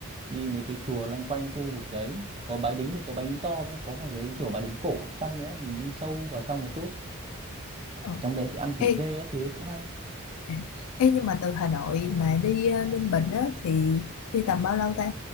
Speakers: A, on the right; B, on the left.
A: đi mấy cái chùa loanh quanh khu vực đấy có Bái Đính thì có Bái Đính to với có một cái chùa Bái Đính cổ ở trong nữa mình đi sâu vào trong một chút
B: ờ.
A: trong đấy thì ăn thịt
B: Ê,
A: dê các thứ cũng hay
B: à, ê, nhưng mà từ Hà Nội mà đi ờ, Ninh Bình á thì đi tầm bao lâu ta?